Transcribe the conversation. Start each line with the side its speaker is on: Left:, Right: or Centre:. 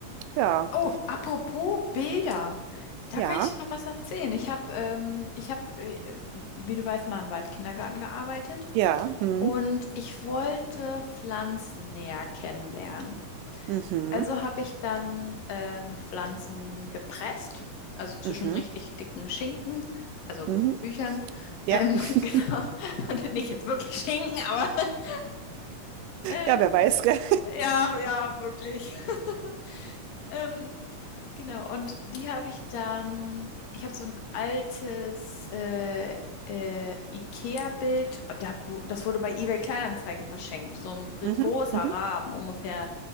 Right: Ja,
Left: Oh, apropos Bilder, da
Right: ja,
Left: kann ich dir noch was erzählen. Ich habe, ähm, ich habe, äh, wie du weißt, mal im Waldkindergarten gearbeitet
Right: ja, mhm,
Left: und ich wollte Pflanzen näher kennenlernen.
Right: mhm,
Left: Also habe ich dann ähm, Pflanzen gepresst, also zwischen
Right: mhm,
Left: richtig dicken Schinken, also
Right: mhm,
Left: Büchern,
Right: ja.
Left: ähm,
Right: <laughs>
Left: <laughs> genau, Und nicht jetzt wirklich Schinken, aber <laughs> ähm,
Right: Ja, wer weiß, gell?
Left: ja, ja, wirklich. <laughs> Ähm, Genau, und die habe ich dann, ich habe so ein altes äh, äh, IKEA-Bild, da, wo- das wurde bei eBay Kleinanzeigen verschenkt, so ein gr-
Right: Mhm,
Left: großer
Right: mhm,
Left: Rahmen, ungefähr